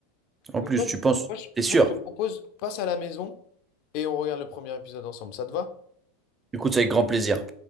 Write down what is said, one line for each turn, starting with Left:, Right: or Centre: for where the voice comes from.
Right: En
Left: Donc
Right: plus,
Left: même,
Right: tu penses.
Left: moi je,
Right: T'es sûr?
Left: moi, je te propose, passe à la maison et on regarde le premier épisode ensemble. Ça te va?
Right: Écoute, c'est avec grand plaisir.